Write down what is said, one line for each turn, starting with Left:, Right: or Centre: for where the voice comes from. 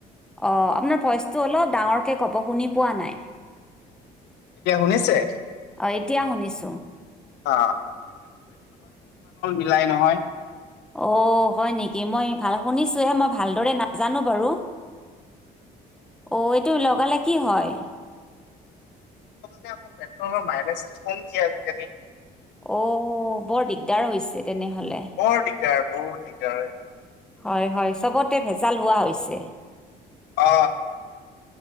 Centre: অ আপোনাৰ ভইচটো অলপ ডাঙৰকে ক'ব শুনি পোৱা নাই।
Left: এতিয়া শুনিছে?
Centre: অ এতিয়া শুনিছোঁ।
Left: অ নুলাই নহয়।
Centre: অ হয় নেকি? মই ভাল শুনিছো হে মই ভালদৰে নাজানো বাৰু। অ এইটো লগালে কি হয়?
Left: আকৌ পেট্ৰলৰ মাইলেজটো কম দিয়ে আজিকালি।
Centre: অ বৰ দিগদাৰ হৈছে। তেনেহ'লে
Left: বৰ দিগদাৰ বৰ দিগদাৰ।
Centre: হয় হয় চবতে ভেজাল হোৱা হৈছে।
Left: অ